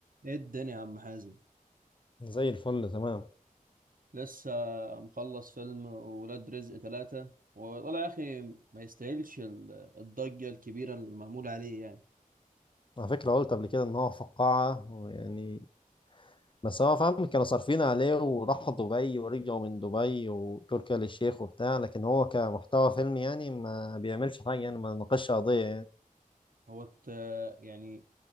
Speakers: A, on the right; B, on the left.
A: ايه الدنيا يا عم حازم
B: زي الفل تمام
A: لسه مخلص فيلم ولاد رزق ثلاثة والله يا أخي ما يستاهلش ال- الضجة الكبيرة المعمولة عليه يعني
B: على فكرة قلت قبل كده إن هو فقاعة يعني بس هو فاهم كانوا صارفين عليه وراحوا دبي ورجعوا من دبي وتركيا للشيخ وبتاع لكن هو كمحتوى فيلم يعني ما بيعملش حاجة يعني ما ناقشش قضية يعني
A: هو الت- يعني